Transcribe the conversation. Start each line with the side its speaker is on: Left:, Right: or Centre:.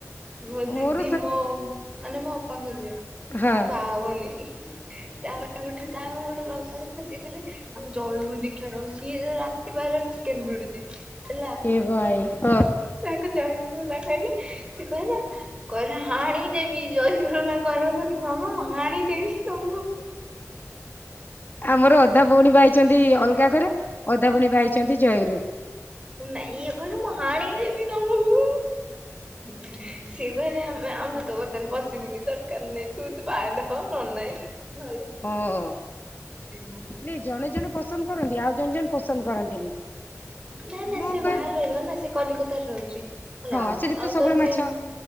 Right: ମୋ ଦିଦି
Left: ମୋର
Right: ମୋ ମାନେ ମୋ ଅପାଙ୍କ ଝିଅ
Left: ହଁ
Right: ସେ ବାହା ହଉନି। ତା ପାଇଁ ଗୋଟେ ତା ପାଇଁ ଗୋଟେ ପ୍ରସ୍ତାବ ହେଇଥିଲା ସିଏ କହିଲେ ଆଉ ଜୟଗୁରୁ ଦିକ୍ଷା ନବ ଆଉ ସିଏ ରାତି ପହିଲେ ଚିକେନ୍‌ ଭିଡୁଛି। ହେଲା
Left: ଏ ଭାଇ ହଁ।
Right: ତାକୁ ଜୟଲା କହିଲେ ସେ କହିଲା। କ ହାଣିଦେବି <unintelligible> ତମ ହାଣିଦେବି ତମକୁ।
Left: ଆମର ଅଧା ଭଉଣୀ ଭାଇଛନ୍ତି ଅଲଗା ଘରେ ଅଧା ଭଉଣୀ ଭାଇ ଛନ୍ତି ଜୟଗୁରୁ।
Right: ନାଇଁ ଇଏ କହିଲେ ମୁଁ ହଣି ଦେବି ତମକୁ। ସିଏ କହିଲେ ଆମେ ଆମେ ତୋ କଥାରେ ପଶିବୁନି ଦରକାର ନାହିଁ ତୁ ତ ବାହାହେଲେ ହ ନଲେ ନାହିଁ।
Left: ହଁ
Right: ଭଲ।
Left: ନାଇଁ ଜଣେ ଜଣେ ପସନ୍ଦ କରନ୍ତି ଆଉ ଜଣେ ଜଣ ପସନ୍ଦ କରନ୍ତିନି।
Right: ନାଇଁ ନାଇଁ
Left: ମୁଁ
Right: ସେ
Left: କହେ
Right: ବାହାରେ ରହିଲ ନା ସେ କଲିକତାରେ ରହୁଛି। ହେଲା
Left: ହଁ ସେଠି
Right: ଆଉ
Left: ସବୁବେଳେ
Right: ତ ସିଏ
Left: ମାଛ